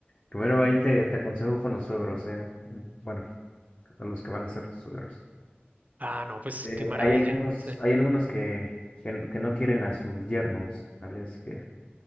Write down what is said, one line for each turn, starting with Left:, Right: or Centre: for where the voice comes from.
Left: primero ahí te, te aconsejo con los suegros, ¿eh? mm, Bueno, a los que van a ser tus suegros.
Right: Ah, no, pues
Left: Eh,
Right: qué maravilla.
Left: hay algunos,
Right: Sí,
Left: hay algunos que, que, n- que no quieren a sus yernos, ¿vale? Así que,